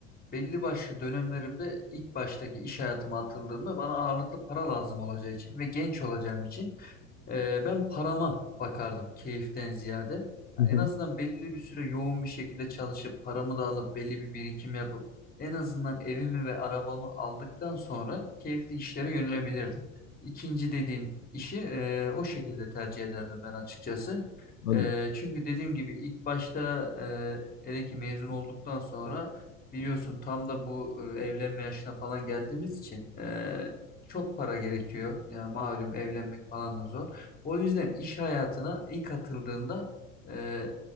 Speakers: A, on the left (about 20°); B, on the left (about 80°).
A: belli başlı dönemlerimde ilk baştaki iş hayatıma atıldığımda bana ağırlıklı para lazım olacağı için ve genç olacağım için e, ben parama bakardım keyiften ziyade. Ya
B: Hı hı.
A: en azından belli bir süre yoğun bir şekilde çalışıp paramı da alıp belli bir birikim yapıp en azından evimi ve arabamı aldıktan sonra keyifli işlere yönelebilirdim. İkinci dediğin işi e, o şekilde tercih ederdim ben açıkçası.
B: Anladım.
A: E, çünkü dediğim gibi ilk başta e, hele ki mezun olduktan sonra Biliyorsun tam da bu e, evlenme yaşına falan geldiğimiz için e, çok para gerekiyor. Ya malum evlenmek falan da zor. O yüzden iş hayatına ilk atıldığında e,